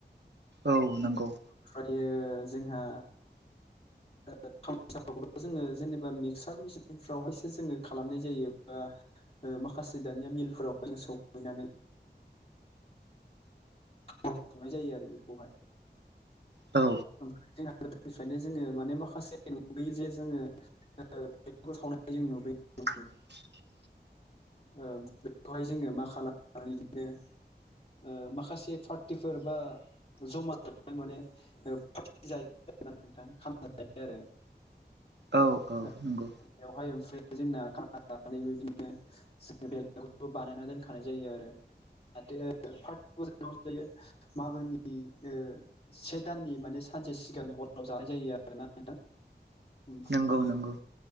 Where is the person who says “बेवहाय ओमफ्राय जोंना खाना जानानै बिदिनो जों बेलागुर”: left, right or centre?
Left